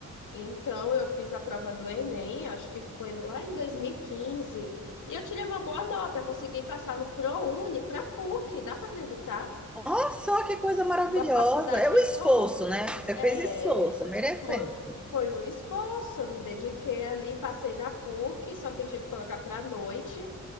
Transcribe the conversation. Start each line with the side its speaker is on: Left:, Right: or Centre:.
Left: então eu fiz a prova do Enem, acho que foi lá em dois mil e quinze e eu tirei uma boa nota, consegui passar no ProUni, para PUC, dá para acreditar?
Centre: Olha só que coisa maravilhosa.
Left: Uma faculdade
Centre: É o esforço,
Left: boa,
Centre: né? Você
Left: É,
Centre: fez esforço, merecendo.
Left: foi, foi o esforço, me dediquei ali, passei na PUC, só que eu tive que colocar para a noite